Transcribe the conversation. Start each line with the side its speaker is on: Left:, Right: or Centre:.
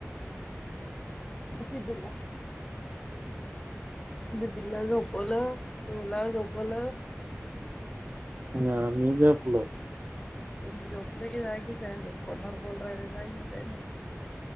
Left: किती दिला? दीदीला झोप ओल पिऊला झोपवल
Right: अन आम्ही झोपलो.
Left: तुम्ही झोपले की जागीच ये अजून फोनवर बोलु राहले जागीच आहे नं म